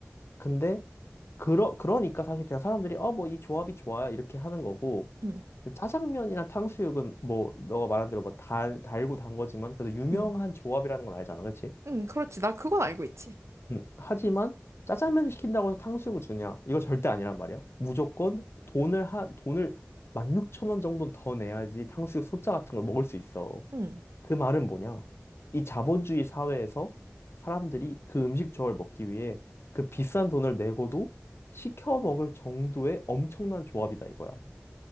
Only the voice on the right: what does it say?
응,
응,
응, 그렇지. 나 그건 알고 있지.
응.